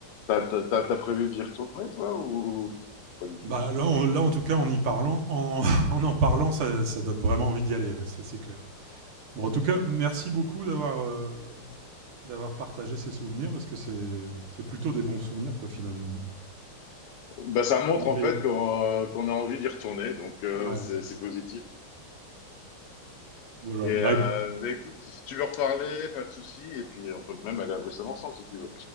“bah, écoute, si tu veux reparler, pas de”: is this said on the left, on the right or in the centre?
Left